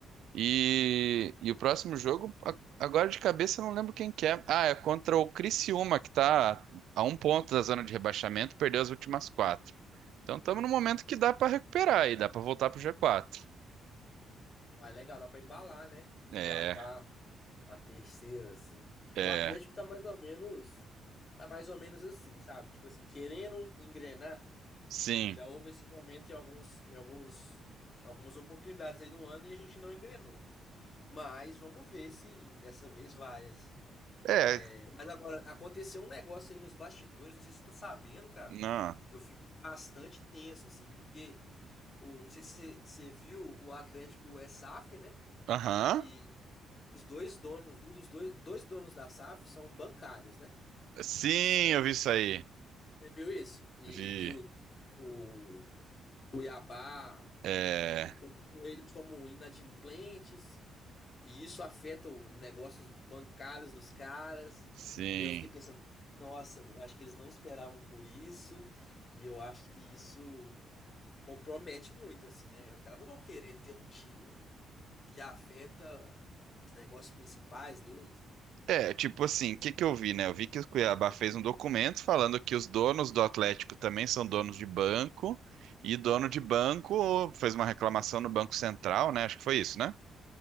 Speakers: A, on the right; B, on the left.
A: E, e o próximo jogo, a- agora de cabeça, eu não lembro quem que é. Ah, é contra o Criciúma, que tá a um ponto da zona de rebaixamento, perdeu as últimas quatro. Então estamos num momento que dá pra recuperar e dá pra voltar pro G4.
B: é legal, dá pra embalar, né?
A: É,
B: Engatar a terceira, assim.
A: é,
B: O Atlético tá mais ou menos, tá mais ou menos assim, sabe? Tipo assim, querendo engrenar,
A: sim.
B: Já houve esse momento em alguns, em alguns, algumas oportunidades aí no ano e a gente não engrenou. Mas vamos ver se dessa vez vai, assim.
A: É,
B: É, mas agora, aconteceu um negócio aí nos bastidores, não sei se você tá sabendo, cara,
A: não.
B: que eu fiquei bastante tenso, assim, porque o, não sei se você, você viu, o Atlético é SAF, né?
A: Aham.
B: E os dois donos, um dos dois, dois donos da SAF são bancários, né?
A: Sim,
B: São.
A: eu vi isso aí.
B: Você viu isso? E,
A: Vi.
B: e que o, o Cuiabá.
A: É,
B: É, colocou eles como inadimplentes, e isso afeta os negócios bancários dos caras.
A: sim.
B: E aí eu fiquei pensando, nossa, eu acho que eles não esperavam por isso, e eu acho que isso compromete muito, assim, né? Os caras não vão querer ter um time que afeta os negócios principais deles, né?
A: É, tipo assim, o que que eu vi, né? Eu vi que o Cuiabá fez um documento falando que os donos do Atlético também são donos de banco, e dono de banco fez uma reclamação no Banco Central, né? Acho que foi isso, né?